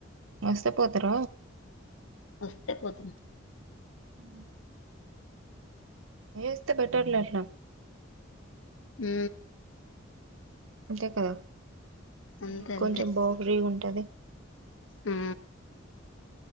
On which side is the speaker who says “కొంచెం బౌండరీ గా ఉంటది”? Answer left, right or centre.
Right